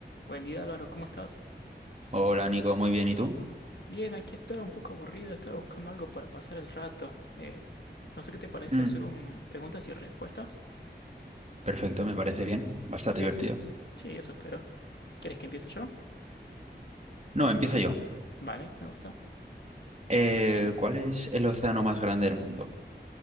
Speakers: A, on the left; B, on the right.
A: Buen día Álvaro, ¿cómo estás?
B: Hola Nico, muy bien, ¿y tú?
A: Bien, aquí estaba un poco aburrido, estaba buscando algo para pasar el rato. Eh, no sé qué te parece
B: Mm,
A: hacer un preguntas y respuestas.
B: perfecto, me parece bien, bastante
A: Bien,
B: divertido.
A: sí, eso espero. ¿Quieres que empiece yo?
B: No, empiezo yo.
A: Vale, me gusta.
B: Eh, ¿cuál es el océano más grande del mundo?